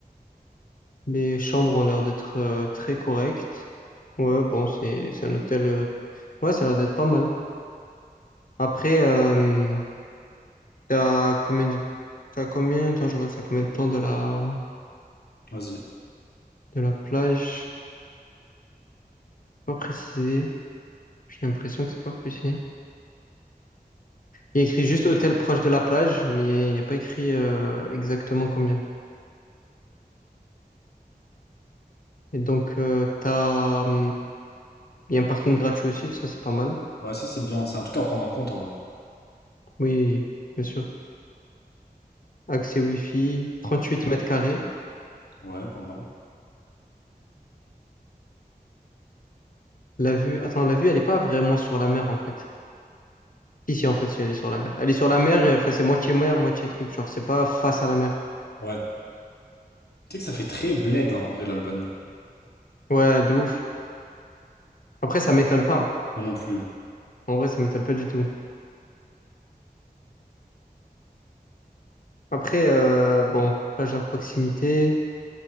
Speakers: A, on the left; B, on the left.
A: Les chambres ont l'air d'être euh, très correctes. Ouais, bon, c'est c'est un hôtel. euh, Ouais, ça a l'air d'être pas mal. Après, euh, t'as combien de... t'as combien... Attends, je regarde, c'est à combien de temps de la,
B: Vas-y.
A: de la plage? pas précisé. J'ai l'impression que c'est pas précisé. Il y a écrit juste hôtel proche de la plage, mais il n'y a pas écrit euh, exactement combien. Et donc, euh, t'as, hum, il y a un parking gratuit aussi, ça c'est pas mal.
B: Ouais, ça, c'est bien. C'est un truc à prendre en compte, en vrai.
A: Oui, bien sûr. Accès Wi-Fi, 38 mètres carrés.
B: Ouais, pas mal.
A: La vue, attends, la vue, elle est pas vraiment sur la mer en fait. Si, si, en fait, si, elle est sur la mer. Elle est sur la mer, et, enfin, c'est moitié mer, moitié truc. Genre, c'est pas face à la mer.
B: Ouais. Tu sais que ça fait très bled, hein, en vrai, l'Albanie.
A: Ouais, de ouf. Après, ça m'étonne pas.
B: Moi non plus.
A: En vrai, ça m'étonne pas du tout. Après, euh, bon, plage à proximité.